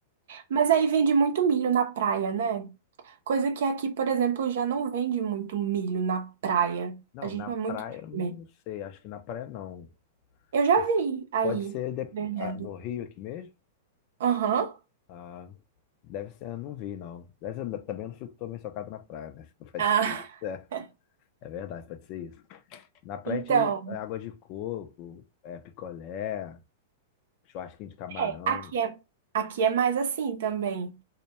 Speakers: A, on the right; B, on the left.
A: Mas aí vende muito milho na praia, né? Coisa que aqui, por exemplo, já não vende muito milho na praia.
B: Não,
A: A gente
B: na
A: não
B: praia,
A: é muito de
B: eu não
A: comer.
B: sei. Acho que na praia não.
A: Eu já
B: Mas
A: vi aí
B: Pode ser de-
A: vendendo.
B: ah, no Rio aqui mesmo?
A: Aham.
B: Ah, deve ser, eu não vi, não. Mas eu também não fico também socado na praia, né? <laughs> Pode
A: Ah.
B: ser isso. É,
A: <laughs>
B: é verdade, pode ser isso. Na praia,
A: Então,
B: a gente- é água de coco, é picolé, churrasquinho de camarão.
A: é, aqui é, aqui é mais assim também.